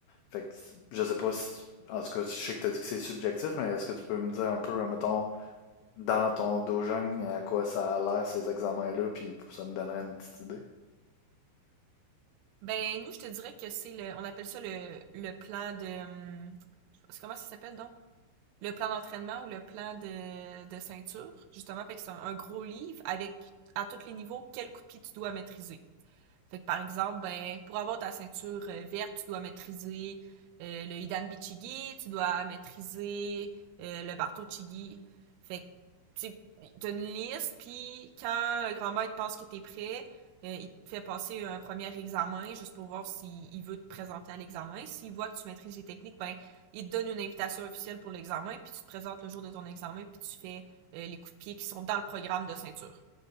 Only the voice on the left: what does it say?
Fait que je sais pas si. En tout cas, je sais que t'as dit que c'est subjectif, mais est-ce que tu peux me dire un peu, mettons, dans ton dojang à quoi ça a l'air ces examens-là, puis ça me donnerait une petite idée.